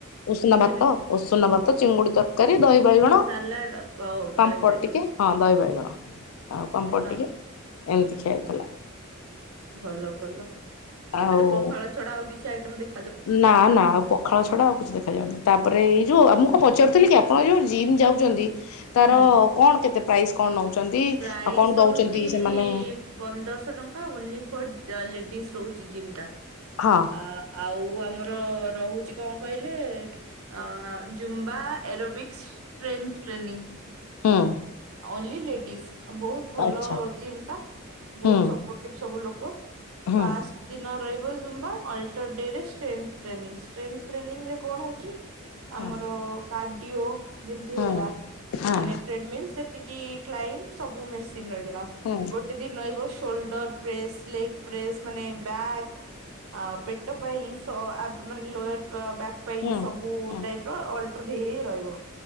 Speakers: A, on the left; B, on the right.
A: ଉଷୁନା ଭାତ
B: ଲାଗେ
A: ଉଷୁନା ଭାତ ଚିଙ୍ଗୁଡି ତରକାରୀ ଦହି ବାଇଗଣ।
B: ଟିକେ ସାଲାଡ ଆଉ
A: ପାମ୍ପଡ
B: ଦହି ବାଇଗଣ
A: ଟିକେ ହଁ ଦହି ବାଇଗଣ ଆଉ
B: ହେଇଗଲା
A: ପାମ୍ପଦ ଟିକେ
B: ଆଉ
A: ଏମିତି ଖିଆ ହେଇଥିଲା।
B: ଭଲ ଭଲ
A: ଆଉ
B: ଏବେ ତ ପଖାଳ ଛଡା ଆଉ କିଛି ଆଇଟମ ଦେଖ
A: ନା ନା ଅଳ୍ପ ପଖାଳ ଛଡ଼ା ଆଉ କିଛି ଦେଖାଯାଉନି। ତାପରେ ଏଇ ଯେଉଁ ମୁଁ କଣ ପଚାରୁଥିଲି କି ଆପଣ ଯେଉଁ ଜିମ୍ ଯାଉଛନ୍ତି ତାର
B: ହୁଁ
A: କଣ କେତେ ପ୍ରାଇସ୍ କଣ ନଉଛନ୍ତି?
B: ପ୍ରାଇସ୍
A: ଆଉ କଣ
B: ରହୁଛି
A: ଦଉଛନ୍ତି ସେମାନେ
B: ପନ୍ଦରଶହ ଟଙ୍କା ଓନ୍ଲି ଫର୍ ଜଲ ଲେଡିଜ ରହୁଛି ଜିମ୍ ଟା।
A: ହଁ।
B: ଆ ଆଉ ଆମର ରହୁଛି କଣ କହିଲେ? ଅ ଜୁମ୍ବା ଏରୋବିକ୍ସ ଷ୍ଟ୍ରେନ୍ଥ ଟ୍ରେନିଂ
A: ହଁ।
B: ଓନଲି ଲେଡିଜ ବହୁତ ଭଲ
A: ଆଚ୍ଛା
B: ଜିମ୍ ଟା ବହୁତସପୋଟିଭ
A: ହୁଁ
B: ସବୁ ଲୋକ।
A: ହୁଁ
B: ପାଷ୍ଟ ଦିନ ରହିବ ଜୁମ୍ବା। ଅଲଟଡରେ ଷ୍ଟ୍ରେନ୍ଥ ଟ୍ରେନିଂ। ଷ୍ଟ୍ରେନ୍ଥ ଟ୍ରେନିଂ କଣ ହଉଛି? ଆମର
A: ହଁ
B: କାର୍ଡିଓ ଯେମିତି
A: ହଁ
B: ହେଇଗଲା।
A: ହଁ
B: ମାନେ୍ <unintelligible> ଯେତିକି କ୍ଲାଇମ ସବୁ ମେସିନ୍ ରହିଗଲା।
A: ହୁଁ
B: ଗୋଟେ ଦିନ ରହିବ ସୋଲଡର ପ୍ରେସ୍ ଲେଗ୍ ପ୍ରେସ ମାନେ ବ୍ୟାକ୍ ପେଟ ପାଇଁ ସଆପ୍ ମାନେ ଲୋୟାର ବ୍ୟାକ୍ ପାଇଁ
A: ହୁଁ
B: ସବୁ
A: ହୁଁ
B: ଟାଇପ ର ଅଲଟର ହେଇ ରହିବ।